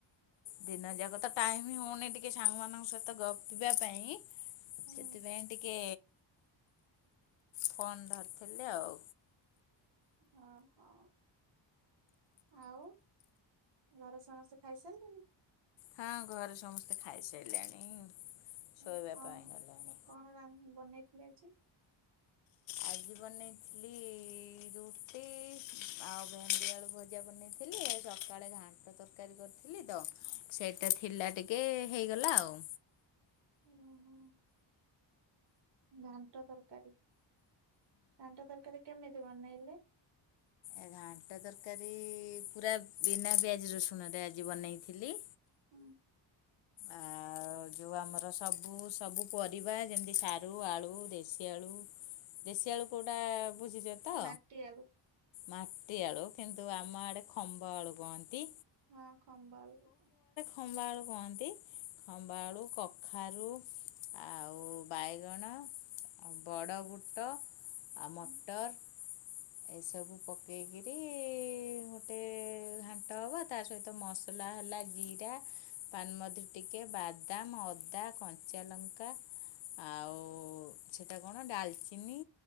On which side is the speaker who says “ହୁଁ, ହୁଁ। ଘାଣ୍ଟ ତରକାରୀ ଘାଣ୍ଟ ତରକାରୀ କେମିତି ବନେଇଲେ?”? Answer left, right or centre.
Right